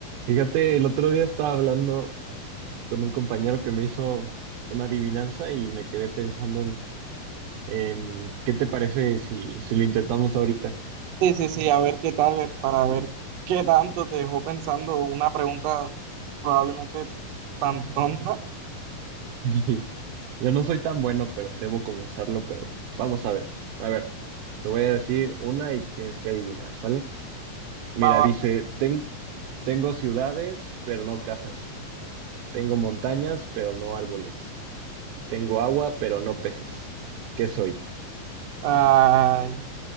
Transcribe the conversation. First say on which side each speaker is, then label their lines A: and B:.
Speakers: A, on the right (about 85°); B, on the right (about 70°).
A: Fíjate, el otro día estaba hablando con un compañero que me hizo una adivinanza y me quedé pensando en, en qué te parece si, si lo intentamos ahorita.
B: Sí, sí, sí, a ver qué tal, eh, para ver qué tanto te dejó pensando una pregunta probablemente tan tonta.
A: <laughs> Yo no soy tan bueno, pero debo confesarlo, pero vamos a ver. A ver, te voy a decir una y tienes que adivinar, ¿sale? Mira,
B: Va, va.
A: dice, "Ten- tengo ciudades, pero no casas. Tengo montañas, pero no árboles. Tengo agua, pero no peces. ¿Qué soy?
B: Ay,